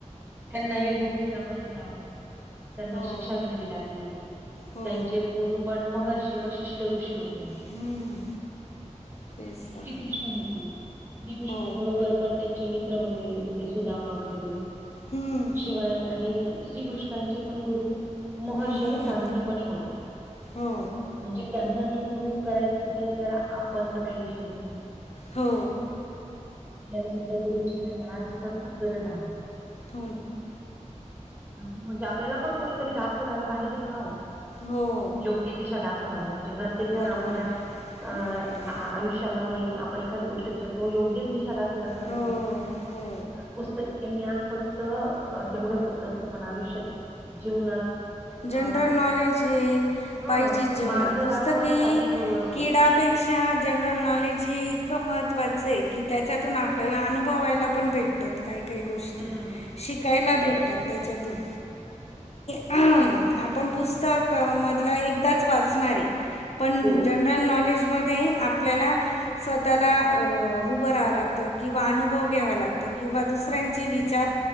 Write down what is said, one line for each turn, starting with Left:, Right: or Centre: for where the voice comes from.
Right: त्यांनाही गुरु कुलामध्ये लाभो त्यांना
Left: हो हो
Right: शिक्षा घ्यावी लागली.
Left: हो
Right: त्यांचे गुरु पण महा श्री वशिष्ठ ऋषी होते.
Left: हम्म तेच तर.
Right: श्री कृष्ण होती. श्रीकृष्णांबरोबर
Left: हो
Right: पण त्यांचे मित्र होते सुदामा वगैरे.
Left: हम्म,
Right: शिवाय आणि ही गोष्ट आमचे पण गुरु. महर्ष
Left: हम्म,
Right: सांगी पणे होते.
Left: हो
Right: म्हणजे त्यांना नाय गुरू करायचं चुकलं तर आपण कोणता काही विषयच नाही.
Left: हो
Right: त्याला सुद्धा गुरुची आता आज सुद्धा खूप गरज आहे.
Left: भु
Right: म्हणजे आपल्याला पण कोणीतरी दाखवणारा पाहिजे न घेता च नाव.
Left: वो
Right: योग्य दिशा दाखवणारे म्हणजे प्रत्येक जण
Left: बरोबर
Right: आपल्या
Left: आहे
Right: अ
Left: बरोबर आहे
Right: आ- आयुष्यामध्ये आपण एखादी गोष्ट विचारतो योग्यच दिशा दाखव. केलं का नाही
Left: हो हो
Right: पुस्तकी ज्ञान फक्त. त क तेवढ्यापुरतं असतं पण आयुष्यात जीवनात
Left: जनरल
Right: अ
Left: नॉलेज हे
Right: ह
Left: पाहिजेच जीवनात
Right: मार्ग
Left: पुस्तकी
Right: दाखवण्यासाठी गुरु असतोच.
Left: किडाके. पेक्षा जनरल नॉलेज हे इतकं महत्त्वाचं ए की त्याच्यातून आपल्याला
Right: हा
Left: अनुभवायला पण भेटतात. काही काही गोष्टी
Right: हा हा हा.
Left: शिकायला
Right: मग
Left: भेटतात
Right: तेच सांगते
Left: त्याच्यातून.
Right: ना हा. हा.
Left: अ ह आपण पुस्तक मधलं एकदाच वाचणार आहे पण
Right: हो
Left: जन ड्रोन नॉलेज मध्ये आपल्याला. स्वतःला अ उभा राहावं लागतं किंवा अनुभव घ्यावा लागतो किंवा दुसऱ्यांचे विचार